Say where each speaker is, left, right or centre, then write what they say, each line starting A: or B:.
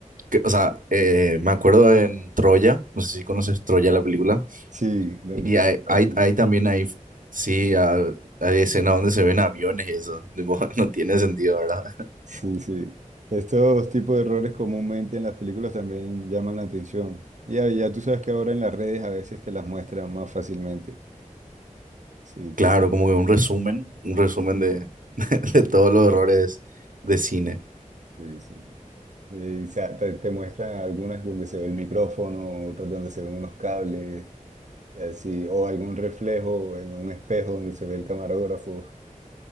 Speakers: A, on the right; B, on the right.
A: que- o sea, eh, me acuerdo en Troya, no sé si conoces Troya la película,
B: Sí, donde
A: y
B: estaba
A: hay,
B: Brad
A: hay,
B: Pitt.
A: hay también ahí, sí, ah, hay escenas donde se ven aviones y eso, tipo, <laughs> no tiene sentido, ¿verdad? <laughs>
B: Sí, sí. Estos tipos de errores comúnmente en las películas también llaman la atención. Y ya, ya tú sabes que ahora en las redes a veces te las muestran más fácilmente. Sí,
A: Claro,
B: que sí,
A: como que un resumen, un resumen de, <laughs> de todos los errores de cine.
B: sí. sí. Eh, o sea, te, te muestran algunas donde se ve el micrófono, otras donde se ven unos cables, y así, o algún reflejo en un espejo donde se ve el camarógrafo.